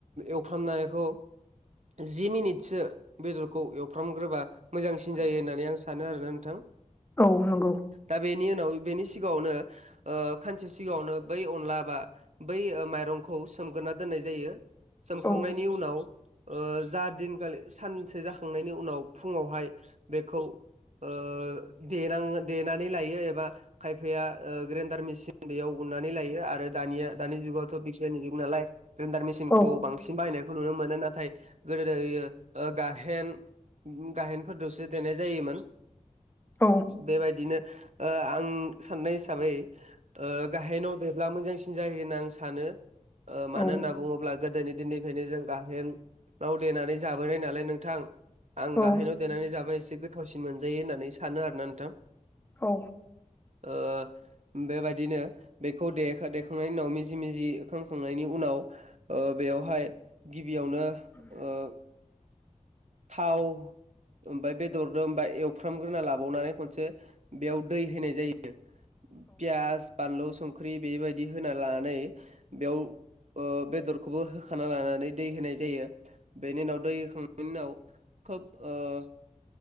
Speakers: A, on the right; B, on the left.
A: एवफ्रामनायखौ जि मिनिटसो बेदरखौ एवफ्रामग्रोबा मोजांसिन जायो होननानै आं सानो आरो नोंथां
B: औ नंगौ
A: दा बेनि उनाव बेनि सिगाङावनो ओ खानसे सिगाङावनो बै अनला बा बै माइरंखौ सोमग्रोना दोननाय जायो सोमखांनायनि
B: औ
A: उनाव जा दिनखालि सानसे जाखांनायनि उनाव फुङावहाय बेखौ ओ देनां देनानै लायो एबा खायफाया ग्रेन्दार मेसिन बेयाव उननानै लायो आरो दानिया दानि जुगावथ मेसिननि जुग नालाय ग्रेन्दार मेसिनखौ
B: औ
A: बांसिन बाहायनायखौ नुनो मोनो नाथाय गोदो गाइहेन गाहेनफोरदसो देनाय जायोमोन
B: औ
A: बेबायदिनो आं साननाय हिसाबै गाइहेनावदेब्ला मोजांसिन जायो होनना आं सानो मानो
B: औ
A: होनना बुङोब्ला गोदोनि दिननिफ्रायनो जों गाहेनाव देनानै जाबोनाय नालाय नोंथां आं गाहायनाव
B: औ
A: देनानै जाबाय एसे गोथावसिन मोनजायो होननानै सानो आरोना नोंथां
B: औ
A: ओ बेबायदिनो बेखौ देहो दे खांनायनि उनाव मिजि मिजि खामखांनायनि उनाव ओ बेयावहाय गिबियावनो ओ थाव ओमफ्राय बेदरजों ओमफाय एवफ्रामग्रोना लाबावनानै खनसे बेयाव दै होनाय जायो। पियास बानलु संख्रि बेबायदि होना लानानै बेयाव ओ बेदरखौबो होखाना लानानै दै होनाय जायो बेनि उनाव दैहोखां बेनिउनाव खोब ओ